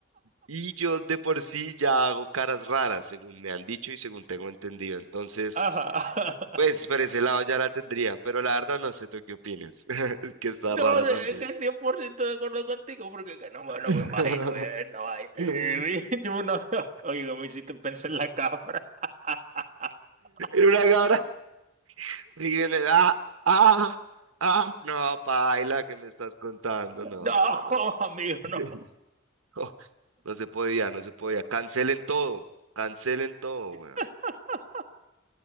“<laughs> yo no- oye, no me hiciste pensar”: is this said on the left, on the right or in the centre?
Right